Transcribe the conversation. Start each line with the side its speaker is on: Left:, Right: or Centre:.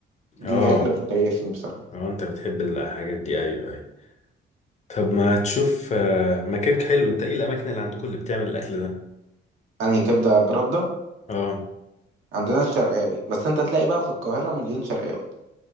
Right: دي
Left: اه
Right: أكلة بتكيفني بصراحة
Left: اه أنت بتحب الحاجات دي أيوه أيوه طب ما تشوف آه، مكان حلو أنت إيه الأماكن اللي عندكم اللي بتعمل الأكل ده
Right: انهي كبدة بردة
Left: اه
Right: عندنا الشرقاوي بس انت تلاقي بقى في القاهرة مليون شرقاوي